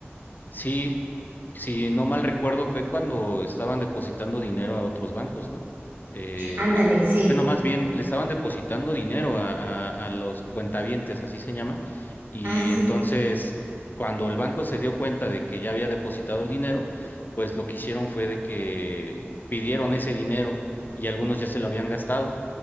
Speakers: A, on the left; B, on the right.
A: Sí, si no mal recuerdo, fue cuando estaban depositando dinero a otros bancos, ¿no? Eh,
B: Ándale, sí.
A: bueno, más bien le estaban depositando dinero a, a, a los cuentavientes, así se llaman, y
B: Ah, sí.
A: entonces cuando el banco se dio cuenta de que ya había depositado el dinero, pues lo que hicieron fue de que pidieron ese dinero y algunos ya se lo habían gastado.